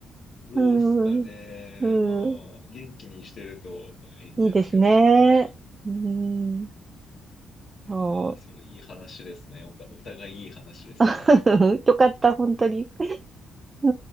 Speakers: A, on the left (about 55°); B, on the right (about 30°).
A: どうすかね。
B: うーん。う
A: まあ、
B: ん。
A: 元気にしてるといいんですけども。
B: いいですね。
A: はい。
B: うーん。
A: いやー、
B: そ
A: そう、いい話ですね。おた、お互いいい話ですね。
B: う。<laughs> よかった、本当に。う